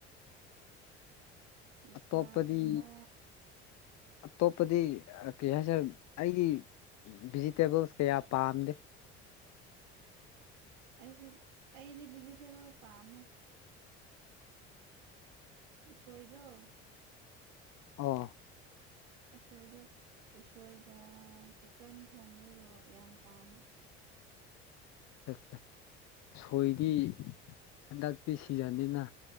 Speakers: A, on the right; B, on the left.
A: ꯃꯁꯂꯥꯒꯨꯝꯕ
B: ꯑꯇꯣꯞꯄꯗꯤ ꯑꯇꯣꯞꯄꯗꯤ ꯀꯔꯤ ꯍꯥꯏꯁꯤꯔ ꯑꯩꯒꯤ ꯚꯤꯖꯤꯇꯦꯕꯜꯁ ꯀꯌꯥ ꯄꯥꯝꯗꯦ
A: ꯑꯩꯁꯨ ꯑꯩꯗꯤ ꯚꯤꯖꯤꯇꯦꯕꯜ ꯄꯥꯝꯃꯦ ꯎꯁꯣꯏꯗꯣ
B: ꯑꯧ
A: ꯑꯁꯣꯏꯗ ꯎꯁꯣꯏꯒ ꯆꯤꯛꯀꯟ ꯊꯣꯡꯕꯒꯗꯣ ꯌꯥꯝ ꯄꯥꯝꯃꯦ
B: <unintelligible> ꯎꯁꯣꯏꯗꯤ ꯍꯟꯗꯛꯇꯤ ꯁꯤꯖꯟꯅꯤꯅ